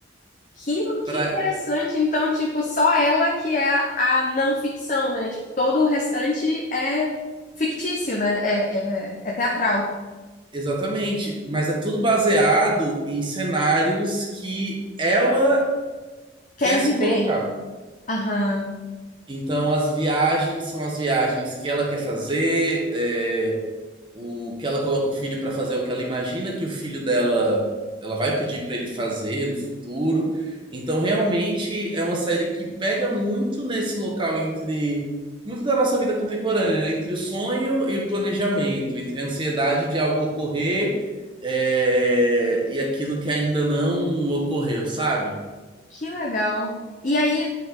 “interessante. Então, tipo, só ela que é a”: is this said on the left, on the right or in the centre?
Left